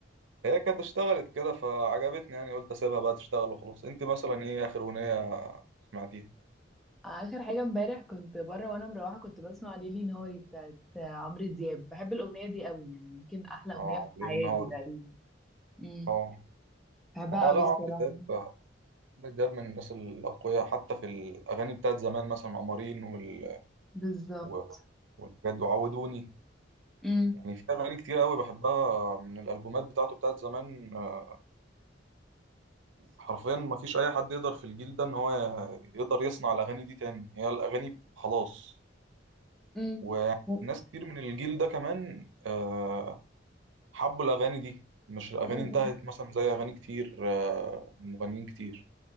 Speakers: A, on the right; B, in the centre.
A: هي كانت اشتغلت كده فعجبتني يعني قلت اسيبها بقى تشتغل وخلاص انت مثلا ايه اخر اغنيه سمعتيها
B: اخر حاجه امبارح كنت بره وانا مروحه كنت بسمع ليلي نهاري بتاعت عمرو دياب بحب الاغنيه دي قوي يعني يمكن احلى اغنيه
A: اه
B: في
A: ليل
B: حياتي
A: نهاري
B: تقريبا امم
A: اه
B: بحبها
A: ما هو
B: قوي
A: لا عمرو
B: الصراحه
A: دياب عمرو دياب من الناس الاقوياء حتى في الاغاني بتاعت زمان مثلا قمرين وال
B: بالظبط
A: و- والحاجات دي وعودوني
B: امم
A: يعني في اغاني كتير قوي بحبها من الالبومات بتاعته بتاعت زمان آه، حرفيا ما فيش اي حد يقدر في الجيل ده ان هو يقدر يصنع الاغاني دي تاني هي الاغاني خلاص
B: امم
A: وناس
B: و-
A: كتير من الجيل ده كمان آه، حبوا الأغاني دي مش الأغاني
B: امم
A: انتهت مثلا زي أغاني كتير آه، من مغنيين كتير